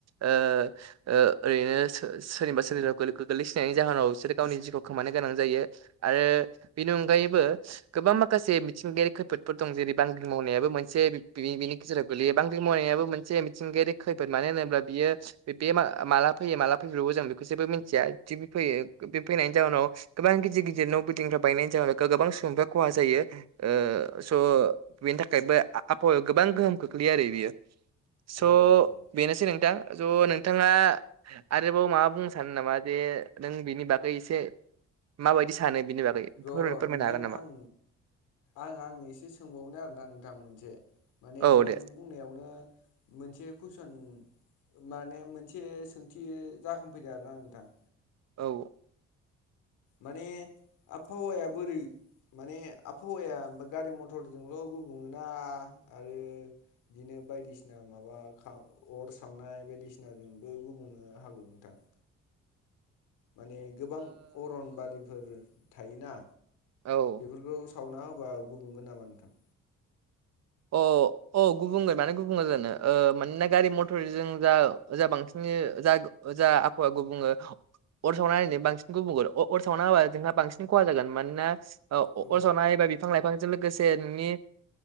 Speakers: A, on the right (about 60°); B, on the left (about 85°).
A: ओ ओ ओरैनो सो सोरनिबा सोरनिबा गोलै गोलैसि नायनि जाहोनाव बिसोर गावनि जिउखौ खोमानो गोनां जायो आरो बिनि अनगायैबो गोबां माखासे मिथिंगायारि खैफोदफोर दं जेरै बांग्रिं मावनायाबो मोनसे बि बिनि गेजेराव गोलैयो बांग्रि मावनायाबो मोन मोनसे मिथिंगायारि खैफोद मानो होनोब्ला बियो बेयो मा माला फैयो माला फैब्र'बो जों बेखौ जेबो मिन्थिया फैयो बे फैनायनि जाउनाव गोबां गिदिर गिदिर न' बिल्डिंफ्रा बायनायनि जाहोनाव गोबां सुबुंफ्रा खहा जायो। ओ स' बेनि थाखायबो आ आबहावायाव गोबां गोहोम खोख्लैयो आरो बियो। स'
B: औ औ
A: बेनोसै
B: अ
A: नोंथां ज' नोंथाङा आरोबाव माबा बुंनो सानो नामा जे नों बिनि बागै एसे माबायदि सानो बिनि बागै
B: र'
A: फोरमायनो
B: र' नोंथां
A: हागोन नामा?
B: आं आं आं एसे सोंबावनो आरोना नोंथां मोनसे माने
A: औ
B: नों
A: दे
B: बुंनायावनो मोनसे कुइसन माने मोनसे सोंथि जाखांफैदों आरोना नोंथां।
A: औ
B: माने आबहावाया बोरै माने आबहावाया गारि मथरजोंल' गुबुङो ना आरो बिदिनो बायदिसिना माबा अर सावनाय बायदिसिनाजोंबो गुबुंनो हागौ नोंथां। <inaudible> माने गोबां अरनबारिफोर थायोना
A: औ
B: बेफोरखौ सावना होबा गुबुंगोन नामा नोंथां।
A: अ अ गुबुंगोन माने गुबुंग जानो मानोना गारि मथरजों जा जा बांसिन जा जा आबफावा गुबुंङो अर सावना होनाया बांसिन गुबुंगोन अ-अर सावना होबा जोंहा बांसिन खहा जागोन मानोना ओ
B: औ
A: अरसावना होबा बिफां लाइफांजों लोगोसे नोंनि